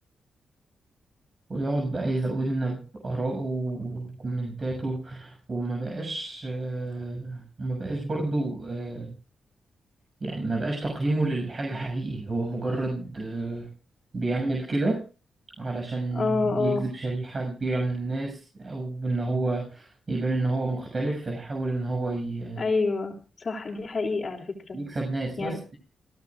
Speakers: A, on the right (about 45°); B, on the left (about 50°).
A: ويقعد بقى يزود لنا بآرائه وكومنتاته وما بقاش آه، وما بقاش برضو آه، يعني ما بقاش تقييمه للحاجة حقيقي هو مجرد آه، بيعمل كده علشان
B: اه
A: يجذب
B: اه
A: شريحة كبيرة من الناس أو إن هو يبان إن هو مختلف فيحاول إن هو ي-
B: ايوه صح دي حقيقة على فكرة
A: يكسب ناس
B: يعني
A: بس